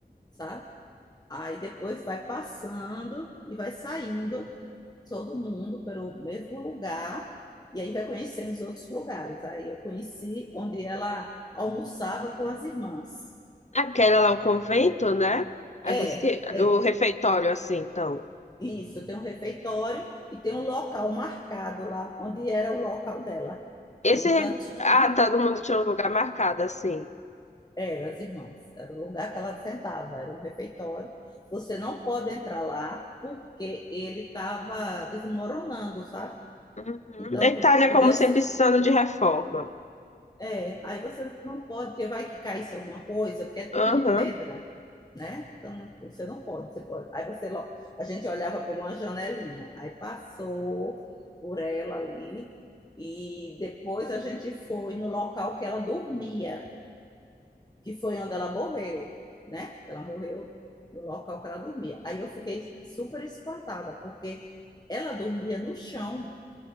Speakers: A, on the left; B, on the left.
A: sabe? Aí depois vai passando e vai saindo todo mundo pelo mesmo lugar e aí vai conhecendo os outros lugares. Aí eu conheci onde ela almoçava com as irmãs.
B: É porque era lá o convento, né? É
A: É,
B: por isso que,
A: é,
B: o refeitório, assim, então.
A: isso. Tem um refeitório e tem um local marcado lá, onde era o local dela.
B: Esse.
A: Era um
B: re-
A: cantinho,
B: Ah, todo mundo tinha um lugar marcado, assim.
A: era as irmãs, era o lugar que ela sentava, era um refeitório. Você não pode entrar lá porque ele estava desmoronando, sabe?
B: Uhum.
A: Então,
B: A Itália,
A: po- podia
B: como sempre,
A: ser.
B: precisando de reforma.
A: É, aí você não pode, porque vai que caísse alguma coisa, porque é tudo
B: Uhum.
A: de pedra, né? Então, você não pode. Você pode. Aí você, lo- a gente olhava por uma janelinha, aí passou por ela ali, e depois a gente foi no local que ela dormia, que foi onde ela morreu, né? Ela morreu no local que ela dormia. Aí eu fiquei super espantada, porque ela dormia no chão